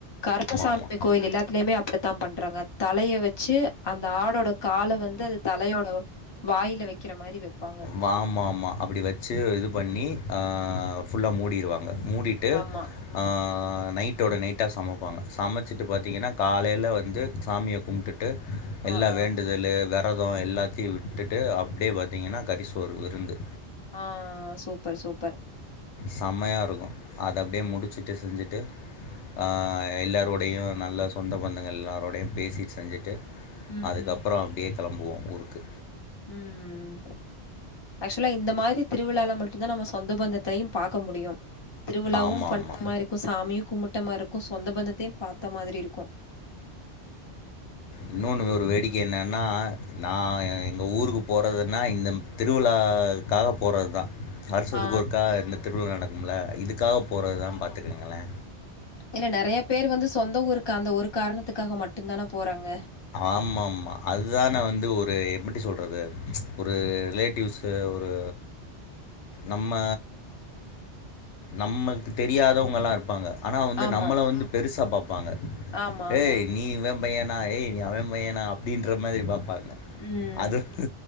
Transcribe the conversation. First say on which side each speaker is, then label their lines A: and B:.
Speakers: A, on the left (about 25°); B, on the left (about 80°).
A: கருப்பசாமி
B: இந்த
A: கோயில எல்லாத்திலயுமே அப்டித்தா பண்றாங்க தலைய வச்சு அந்த ஆடோட கால வந்து அது தலையோட வாய்ல வைக்கிற மாதிரி வப்பாங்க
B: வாமா ஆமா அப்டி வச்சு இது பண்ணி ஆ ஃபுல்லா மூடிடுவாங்க மூடி ட்டு
A: ஆமா.
B: ஆ நைட்டோட நைட்டா சமப்பாங்க சமச்சிட்டு பாத்திங்கன்னா காலைல வந்து சாமிய கும்ப்ட்டு
A: ஆ
B: எல்லா
A: ஆ
B: வேண்டுதலு வெர தோ எல்லாத்தயு விட்டுட்டு அப்டியே பாத்திங்கன்னா கரிசோறு விருந்து
A: ஆ சூப்பர் சூப்பர்
B: செம்மையாருக்கு அத அப்டியே முடிச்சுட்டு செஞ்சுட்டு ஆ எல்லாரோடையு நல்லா சொந்த பந்தங்கள் எல்லாரோடையு பேசிட்டு செஞ்சுட்டு
A: ம்
B: அதுக்கப்றோ
A: ம்
B: அப்டியே கிளம்புவோ ஊருக்கு
A: ம் ஆக்சுவலா இந்த மாரி திருவிழால மட்டுந்தா நம்ம சொந்த பந்த தையு பாக்க முடியு திருவிழாவு
B: ஆமா
A: பண்ண
B: ஆமா
A: மாரிருக்கு சாமியு கும்பட்ட மாரிருக்கு சொந்த பந்தத்தையு பாத்த மாதிரிருக்கு
B: இன்னொனு ஒரு வேடிக்க என்னனா நா எங்க ஊருக்கு போறதுன்னா இந்த திருவிழாக்காக போறது தா வருஷதுக்கு
A: ஆ
B: ஒருக்கா இந்த திருவிழா நடக்கும்ல இதுக்காக போறது தா பாத்துக்கங்ளே
A: ஏன்னா நெறய பேர் வந்து சொந்த ஊருக்கு அந்த ஒரு காரணத்துக்காக மட்டு தான போறாங்க
B: ஆமா ஆமா அதுதான வந்து ஒரு எப்டி சொல்றது ஒரு ரிலே டியூஸ் ஒரு நம்ம நம்மளுக்கு தெரியாதவங்கல்லாருப்பாங்க ஆனா அவு
A: ஆமா
B: நம்ள வந்து பெருசா பாப்பாங்க
A: ஆமா ஆமா
B: ஏய் நீ இவே பையனா ஏய் நீ அவே பையனா அப்டின்ற மாரி பாப்பாங்க
A: ம்
B: அதுக்கு